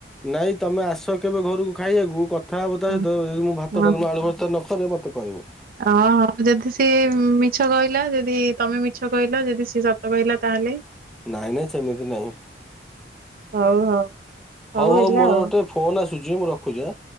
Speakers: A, in the centre; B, on the right.
A: ନାଇଁ ତମେ ଆସ କେବେ ଘରକୁ ଖାଇବାକୁ କଥାହବ ତା
B: ହଁ
A: ସହିତ ଯିଏ ମୁଁ ଭାତ
B: ହଁ
A: ଡାଲମା ଆଳୁଭର୍ତା ନକରେ ମତେ କହିବ।
B: ହଁ ହଉ ଯଦି ସିଏ ମିଛ କହିଲା ଯଦି ତମେ ମିଛ କହିଲ ଯଦି ସିଏ ସତ କହିଲା ତାହେଲେ।
A: ନାଇଁ ନାଇଁ ସେମିତି ନାହିଁ।
B: ହଉ ହଉ
A: ହଉ ହଉ
B: ହେଲା
A: ମୋର
B: ଆଉ।
A: ଗୋଟେ ଫୋନ ଆସ ଛି ମୁଁ ରଖୁଛି ଆ